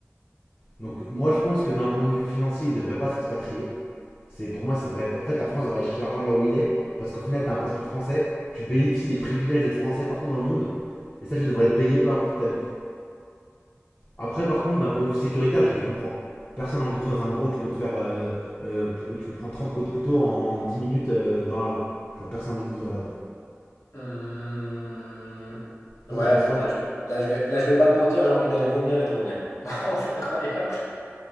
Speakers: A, on the left; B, on the left.
A: Donc, moi, je pense que d'un point de vue financier, ils ne devraient pas s'expatrier. C'est pour moi, ça devrait être. En fait, la France devrait aller chercher l'argent là où il est, parce qu'au final, t'as un passeport français, tu bénéficies des privilèges d'être français partout dans le monde, et ça, tu devrais le payer peu importe où t'habites. Après, par contre, d'un point de vue sécuritaire, je les comprends. Personne n'a envie de vivre dans un endroit où tu peux te faire. euh, euh, tu peux prendre 30 coups de couteau en 10 minutes euh, dans la rue. Tu vois, personne n'a envie de vivre là-dedans.
B: Hum,
A: Toi,
B: Ouais,
A: t'en penses
B: non,
A: quoi
B: là je, là, je vais, là je vais pas te mentir, j'ai envie d'aller vomir et de revenir. <laughs> Non, c'est incroyable.